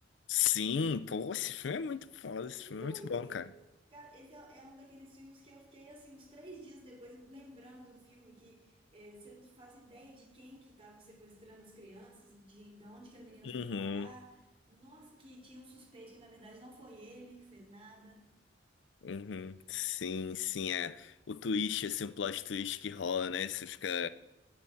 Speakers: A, on the left; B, on the right.
A: Sim, pô, esse filme é muito foda, esse
B: Muito!
A: filme é muito bom, cara.
B: Cara, esse é, é um daqueles filmes que eu fiquei, assim, uns três dias depois lembrando do filme, que é, você não faz ideia de quem que estava sequestrando as crianças, de, de onde que a menina
A: Uhum,
B: foi parar. Nossa, que tinha um suspeito que, na verdade, não foi ele que fez nada.
A: uhum. Sim, sim, é o twist, assim, o plot twist que rola, né? Você fica,